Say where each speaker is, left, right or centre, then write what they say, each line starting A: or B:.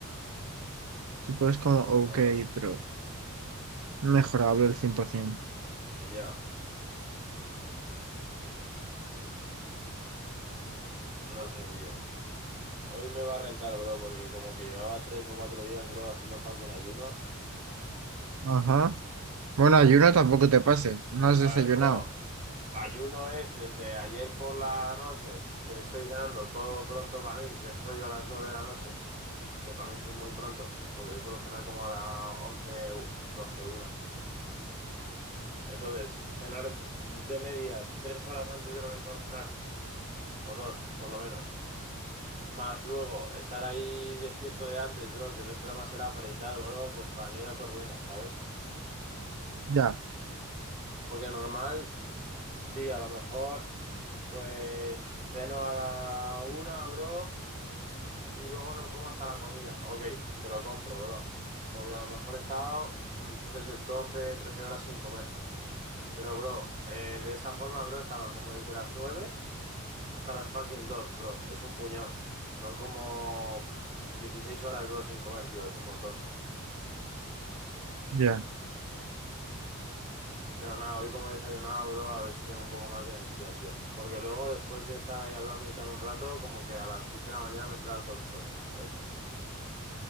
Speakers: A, on the right (about 70°); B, on the right (about 35°).
A: Tipo,
B: Esto
A: es como,
B: lo arruina,
A: ok,
B: bro.
A: pero mejorable el 100%.
B: Ya, no sé, tío. Hoy me va a rentar, bro, porque como que llevaba tres o cuatro días, bro, haciendo fucking ayuno.
A: Ajá. Bueno,
B: Como,
A: ayuno tampoco te pases. No has
B: A
A: desayunado.
B: ver, bro, ayuno es desde ayer por la noche que estoy cenando todo pronto para mí, que es rollo a las 9 de la noche, que para mí eso es muy pronto, porque yo suelo cenar como a las once doce una Entonces, cenar de media tres horas antes de lo que suelo cenar, o dos, por lo menos. Más luego, estar ahí despierto de antes, bro, que te entra más el hambre y tal, bro, pues para mí era todo ruina, ¿sabes?
A: Ya,
B: Porque normal, sí, a lo mejor, pues ceno a la una, bro. Y luego no como hasta la comida. Ok, te lo compro, bro. Porque a lo mejor he estado mm, tre- 12, 13 horas sin comer. Pero, bro, eh, de esa forma, bro, estaba como desde las 9 hasta las fucking 2, bro. Es un puñado. Son como pff, 16 horas, bro, sin comer, tío. Es un montón.
A: ya.
B: Pero nada, hoy como he desayunado, bro, a ver si tengo un poco más de energía, tío. Porque luego, después de estar ahí hablando y tal un rato, como que a las 10 de la mañana me entraba todo el sueño, ¿sabes?